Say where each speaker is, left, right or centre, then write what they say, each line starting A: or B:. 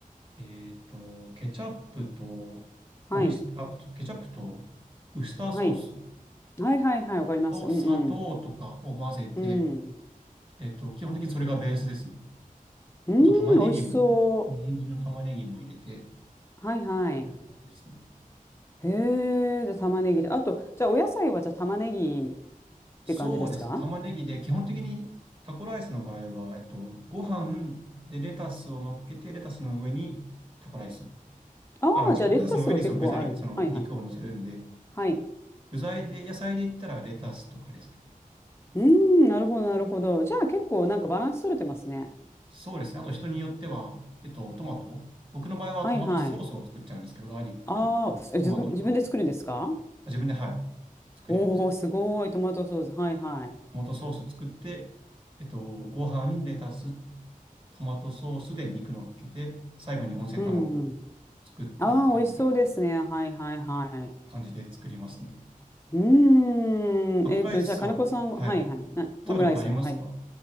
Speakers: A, on the right; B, on the left.
A: えっと、ケチャップと、
B: はい。
A: オイス、あ、そうケチャップとウスターソース
B: はい。はいはいはい。わかります。
A: と砂糖とかを混ぜて、
B: うんうん。うん。
A: えっと、基本的にそれがベースですね。
B: うーん、
A: あと玉ねぎも、
B: 美味しそう。
A: みじん切りの玉ねぎも入れて、
B: はいはい。
A: という感じですね。
B: へえ、じゃあ玉ねぎで。あと、じゃあお野菜はじゃあ玉ねぎっ
A: そうですね。
B: て感じですか
A: 玉ねぎで、基本的にタコライスの場合は、えっと、ご飯でレタスを乗っけて、レタスの上にタコライス。
B: ああー、
A: あ、間違った。
B: じゃあレタスは結構あるね。
A: レタスの上にその具材、その肉を乗せるんで、
B: はいはい。はい。
A: 具材で、野菜で言ったらレタスとかですかね。
B: うーん、なるほどなるほど。じゃあ結構なんかバランス取れてますね。
A: そうですね。あと人によっては、えっと、トマト。僕の場合はトマトソースを作っちゃうんですけど、
B: はいはい。
A: ガーリックとトマトと、
B: ああ、すえ、自分自分で作るんですか
A: あ自分ではい、作ります。
B: おおー、すごい。トマトソース。はいはい。
A: トマトソース作って、えっと、ご飯、レタストマトソースで肉乗っけて、最後に温泉卵を
B: うんうん。
A: 作って乗っけるみたいな
B: ああ、美味しそうですね。はいはいはい。
A: 感じで作りますね。
B: うーん。
A: タコライスは、
B: えっと、じゃあ、金子さんは、
A: はい。
B: はいはい。な、オムライスは、
A: 食べたことありますか
B: はい。